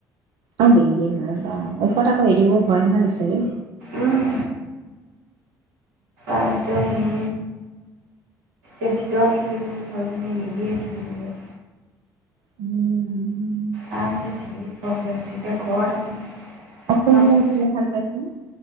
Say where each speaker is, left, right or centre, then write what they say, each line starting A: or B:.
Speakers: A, on the right; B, on the right.
A: অ বিল দিল নাই ন? এশটা কৰি দিব পাৰি নহয় ৰ'লা ছোৱালী
B: উম তাকে হেৰি এতিয়া ভিতৰত খেলিবলে ছোৱালীজনী নিদিয়ে খেলিবলে।
A: উম'
B: আমাৰ মানে ধেই প্ৰব্লেম হৈছে, এতিয়া ঘৰত আকৌ
A: অসুবিধা
B: আছো।
A: হৈছিলে ভাল পাইছিলো